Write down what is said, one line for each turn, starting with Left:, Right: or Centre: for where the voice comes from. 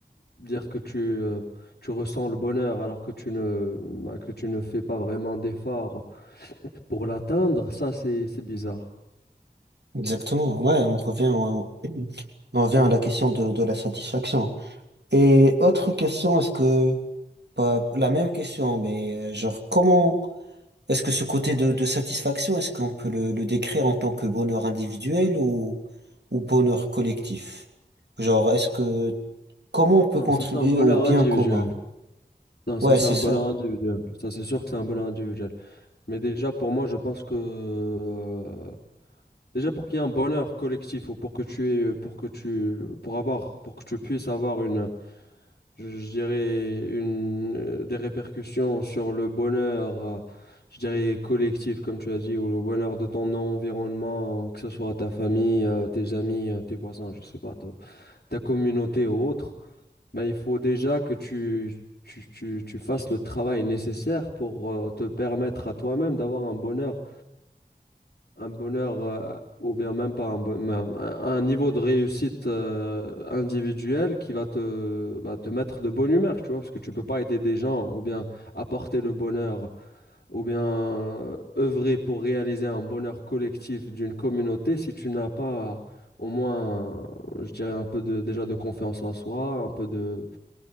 Left: dire que tu, euh, tu ressens le bonheur alors que tu ne, bah, que tu ne fais pas vraiment d'efforts pour l'atteindre, ça, c'est, c'est bizarre.
Right: Exactement, ouais, on revient, au- on revient à la question de, de la satisfaction. Et autre question, est-ce que, pas la même question, mais euh, genre, comment, est-ce que ce côté de, de satisfaction, est-ce qu'on peut le, le décrire en tant que bonheur individuel ou, ou bonheur collectif? Genre, est-ce que, comment on peut
Left: Non,
Right: contribuer
Left: ça, c'est un bonheur
Right: au bien
Left: individuel.
Right: commun?
Left: Non, ça
Right: Ouais,
Left: c'est
Right: c'est
Left: un
Right: ça.
Left: ballon individuel. Ça c'est sûr que c'est un ballon individuel. Mais déjà pour moi, je pense que euh, déjà pour qu'il y ait un bonheur collectif ou pour que tu aies, euh, pour que tu pour avoir pour que tu puisses avoir une je, je dirais une euh, des répercussions sur le bonheur euh, je dirais collectif comme tu as dit ou le bonheur de ton environnement, que ce soit ta famille, euh, tes amis, euh, tes voisins, je sais pas, ta ta communauté ou autre. Ben, il faut déjà que tu, tu, tu, tu fasses le travail nécessaire pour euh, te permettre à toi-même d'avoir un bonheur, un bonheur, euh, ou bien même pas un, bon- mais un, un niveau de réussite euh, individuel qui va te, bah, te mettre de bonne humeur, tu vois, parce que tu peux pas aider des gens, ou bien apporter le bonheur, ou bien euh, œuvrer pour réaliser un bonheur collectif d'une communauté si tu n'as pas au moins, je dirais, un peu de, déjà de confiance en soi, un peu de